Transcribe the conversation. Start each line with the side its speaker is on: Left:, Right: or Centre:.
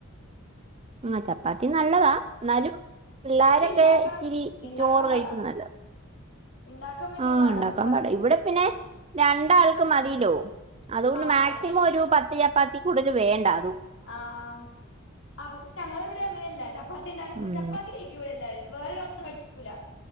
Right: ആ ചപ്പാത്തി നല്ലതാ എന്നാലും പിള്ളേരൊക്കെ
Left: പക്ഷെ ഇണ്ടാക്കണം
Right: ഇച്ചിരി
Left: ഇണ്ടാക്കാൻ
Right: ചോറ്
Left: പാടാ
Right: കഴിക്കുന്നാനല്ലത്
Left: ഇണ്ടാക്കാൻ ഭയങ്കര
Right: ആ
Left: പാടാ
Right: ഉണ്ടാക്കാൻ
Left: ചപ്പാത്തി
Right: പാട ഇവിടെ പിന്നെ രണ്ടാൾ ക്ക് മതില്ലോ അതുകൊണ്ട്
Left: ആഹ്
Right: മാക്സിമം
Left: ആഹ് ശരി
Right: ഒരു പത്ത് ചപ്പാ അതിൽ കൂടുൽ വേണ്ടാ
Left: ആ ആ ആ പക്ഷെ ഞങ്ങള ഇവിടെ അങ്ങനെയല്ല ല്ല ചപ്പാ ചപ്പത്തിണ്ടാക്കും
Right: ഉം
Left: ചപ്പാത്തി കഴിക്കും ഇവിടെ എല്ലാരും വേറെ ഒന്നും കഴിക്കൂല